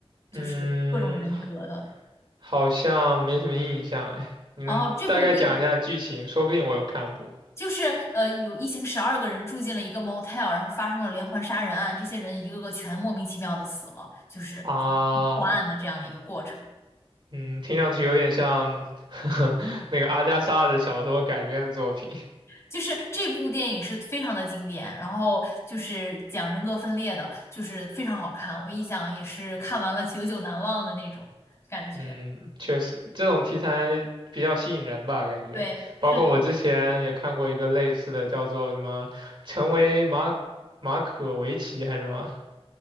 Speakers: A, on the left (about 30°); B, on the right (about 55°).
A: 就是各种人格的。
B: 嗯，好像没什么印象哎，你能大概讲一下剧情？
A: 哦，这部电影
B: 说不定我有看过
A: 就是呃，有一行十二个人住进了一个 motel，然后发生了连环杀人案，这些人一个个全莫名其妙的死了，就是
B: 啊。
A: 破案的这样的一个过程。
B: 嗯，听上去有点像 <laughs> 那个阿加莎的小说改编的作品。
A: 就是这部电影是非常的经典，然后就是讲人格分裂的，就是非常好看，我印象也是看完了久久难忘的那种感觉。
B: 嗯，确实，这种题材比较吸引人吧，感觉。
A: 对，是的。
B: 包括我之前也看过一个类似的，叫做什么《成为马马可维奇》还是什么，